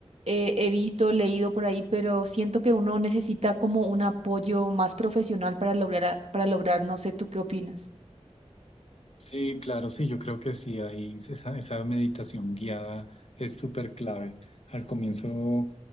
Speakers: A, on the right (about 65°); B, on the left (about 60°).
A: eh, he visto, leído por ahí, pero siento que uno necesita como un apoyo más profesional para lograr, a- para lograr, no sé, ¿tú qué opinas?
B: Sí, claro, sí, yo creo que sí, ahí esa, esa meditación guiada es súper clave. Al comienzo